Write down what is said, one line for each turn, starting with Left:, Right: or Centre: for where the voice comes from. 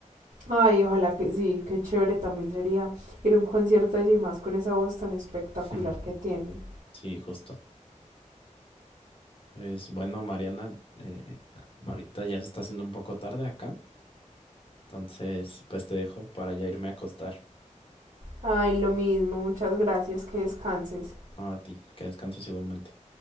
Right: Ay, ojalá que sí, qué chévere también sería ir a un concierto allí más con esa voz tan espectacular
Left: <laughs>
Right: que tiene.
Left: Sí, justo. Pues bueno, Mariana, eh, ahorita ya se está haciendo un poco tarde acá. Entonces, pues te dejo para ya irme a acostar.
Right: Ay, lo mismo, muchas gracias, que descanses.
Left: No a ti, que descanses igualmente.